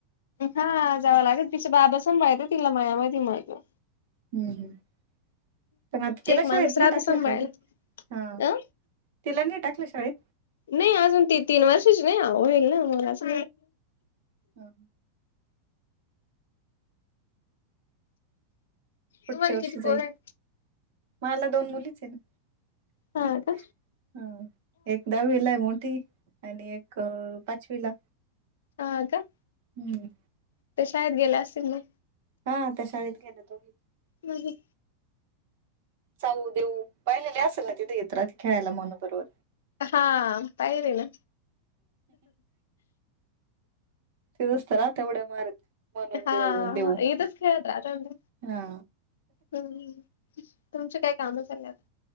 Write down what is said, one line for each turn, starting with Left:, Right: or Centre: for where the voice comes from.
Left: हा जावं लागल तिच्या बाबा सांग पाठवू मळ्यामध्ये मध्ये तिला मग.
Right: हम् हम्म, आता तिला
Left: एक
Right: शाळेत
Left: माणूस
Right: नाही
Left: राहतो
Right: टाकलं
Left: सांभाळायला
Right: का गं, हा
Left: अ
Right: तिला नाही टाकलं शाळेत?
Left: नाही अजून ती तीन वर्षच नाहीव, होईल ना मला स
Right: हा पुढच्या
Left: तुम्हाला
Right: वर्षी
Left: किती पोर
Right: जाईल,
Left: आहेत?
Right: मला दोन मुलीच आहे ना
Left: हा का?
Right: ह, एक दाहावीला आहे मोठी, आणि एक अ, पाचवीला.
Left: ह, का
Right: हम्म
Left: ते शाळेत गेल्या असतील मग.
Right: हा, त्या शाळेत गेल्या दोघी.
Left: हम ह
Right: चाऊ, देऊ पाहिलेले असेल ना तिथेेत. रोज खेळायला म्हण बरोबर
Left: हा पाहिरे ना
Right: ती उस्तारा तेवढ मारत म्हणून
Left: हा,
Right: देऊ देऊ
Left: एथंच खेळत राहतात ना.
Right: हा
Left: हम्म तुमचे काय काम चालले आता.